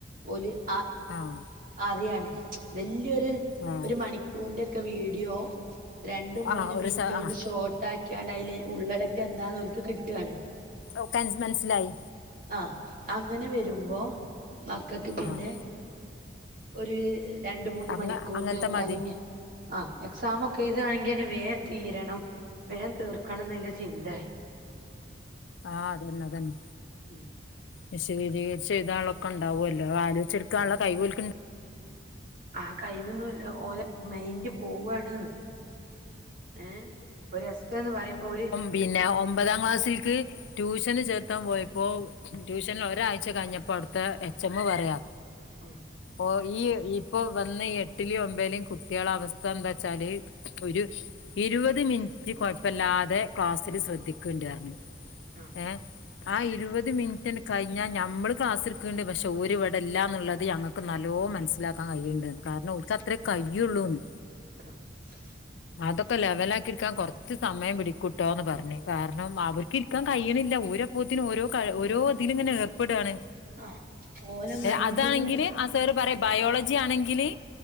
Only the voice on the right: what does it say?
ഒരു ആ
അറിയാണ് വല്ല്യരു
ഒരു മണിക്കൂർന്റെക്കെ വീഡിയോ രണ്ട് മൂന്ന്
മിൻറ്റോണ്ട്
ഷോർട്ട് ആക്ക്യാണ്ട് അതിൽ ഉള്ളടക്ക എന്താന്ന് ഓൽക്ക് ക് ട്യാണ്
ആഹ് അങ്ങനെ വരുമ്പോ മക്കക്ക് പിന്നെ
ഒര്.. രണ്ട് മൂന്ന്
മണിക്കൂർന്റെ
അല്ലെങ്കി ആഹ് എക്സാം ഒക്കെ എഴ്താണെങ്കി വേം തീരണം വേം തീർക്കണം ന്ന്ള്ള ചിന്തെയി
ഉം
ആ കഴിവൊന്നുല്ല ഓലെ മൈൻറ് പോവാണ്ന്ന് ഏഹ് ഒരു എസ്എന്ന് പറിംമ്പോല്
ഉം
ആഹ്
ആഹ് അതന്നെ
ആഹ് ഓലെ
മൈൻഡുകള്